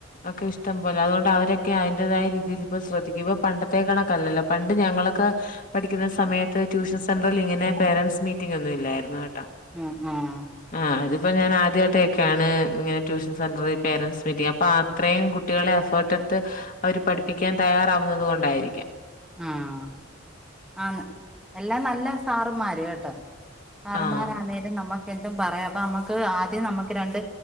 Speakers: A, on the left; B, in the centre.
A: ഒക്കെ ഇഷ് ട്ടം പോലെ അതോണ്ട് അവരൊക്കെ അയിന്റേതായ രീതിയിപ്പ ശ്രദ്ധിക്കും. ഇപ്പ പണ്ടത്തേ കണക്കല്ലല്ലോ പണ്ട് ഞങ്ങളൊക്കെ പഠിക്കുന്ന സമയത്ത് ട്യൂഷൻ സെന്ററിലിങ്ങനെ പേരൻസ് മീറ്റിംഗ് ഒന്നും ഇല്ലായിരുന്നു കേട്ടോ
B: ഉം ആഹ്
A: ആഹ് ഇതിപ്പ ഞാൻ ആദ്യായിട്ട് കേക്കാണ് ഇങ്ങനെ ട്യൂഷൻ സെന്ററിൽ പേരൻസ് മീറ്റിംഗ് അപ്പാ ത്രേം കുട്ടികളെ എഫെട്ട്ട്ത്ത് അവര് പഠിപ്പിക്കാൻ തയ്യാറാവുന്നത് കൊണ്ടായിരിക്കാം
B: ആഹ് ആന്ന് എല്ലാം നല്ല സാറമാര് കേട്ടോ
A: ആഹ്
B: മാരാണേിലും നമ്മുക്ക് എന്തും പറയാം അപ്പൊ നമ്മക്ക് ആദ്യം നമ്മക്ക് രണ്ട്